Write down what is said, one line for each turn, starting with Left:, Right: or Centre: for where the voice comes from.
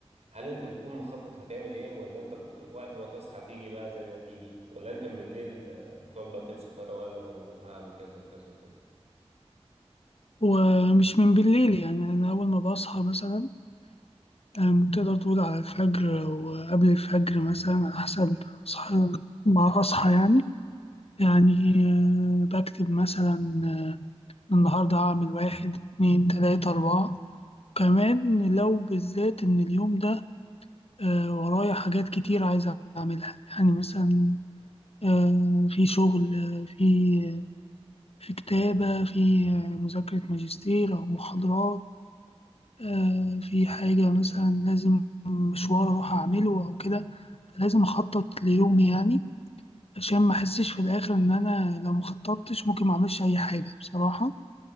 Right: هل أنت بتكون مخطط هتعمل إيه ولا أنت ب- وقت ما تصحى تيجي بقى زي ما تيجي ولا أنت من بالليل آه، بتقعد بقى تمسك ورقة وقلم وأنا بكرة هعمل كذا وكذا وكذا
Left: ومش من بالليل يعني أنا أول ما بصحى مثلا يعني تقدر تقول على الفجر أو قبل الفجر مثلا على حسب أصحى مع أصحى يعني يعني آه، بكتب مثلا آه، النهاردة هعمل واحد اتنين تلاتة أربعة كمان لو بالذات إن اليوم ده آه، ورايا حاجات كتير عايز أعملها يعني مثلا آه، في شغل آه، في آه، في كتابة في آه، مذاكرة ماجستير أو محاضرات آه، في حاجة مثلا لازم مشوار أروح أعمله أو كده فلازم أخطط ليومي يعني عشان ما أحسش في الآخر إن أنا لو ما خططتش ممكن ما أعملش أي حاجة بصراحة